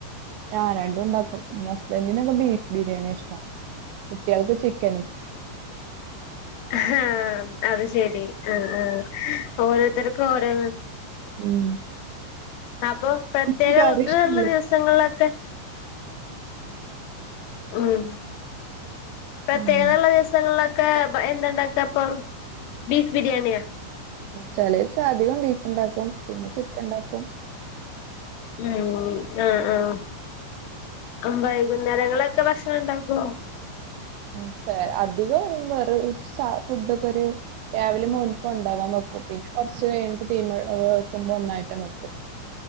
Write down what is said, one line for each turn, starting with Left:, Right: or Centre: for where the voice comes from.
Right: ഞൻ രണ്ടും ഉണ്ടാക്കും ന്റെ ഹസ്ബൻഡിനൊക്കെ ബീഫ് ബിരിയാണി ഇഷ്ടം കുട്ട്യേൾക്ക് ചിക്കനും <unintelligible>
Left: ആഹ അത് ശരി ആ ആഹ ഓരോരുത്തർക്കും ഓരോ
Right: ഉം
Left: അപ്പൊ പ്രത്യേക
Right: ചിക്കൻ കറി
Left: ഇതള്ള
Right: ഇഷ്ടല്ല.
Left: ദിവസങ്ങളിലൊക്കെ ഉം പ്രത്യേകതയുള്ള
Right: ഉം
Left: ദിവസങ്ങളിലൊക്കെ ക്കെ എന്തണ്ടാക്ക അപ്പൊ ബീഫ് ബിരിയാണിയാ
Right: ചിലയിസം അധികം ബീഫ് ഉണ്ടാക്കും പിന്നെ ചിക്കൻ ഉണ്ടാക്കും
Left: ഉം ആഹ ആഹ അ വൈകുന്നേരങ്ങളൊക്കെ ഭക്ഷണം ഇണ്ടാക്കോ
Right: ഉം ച അധികം വെറെ സ ഫുഡൊക്കൊരു രാവിലെ മോൻ കൊണ്ടാവാൻ വെക്കും പിന്നെ കൊറച്ച് കഴിഞ്ഞിട്ട് തീമെ വെക്കുമ്പോ ഒന്നായിട്ടങ്ങ് വെക്കും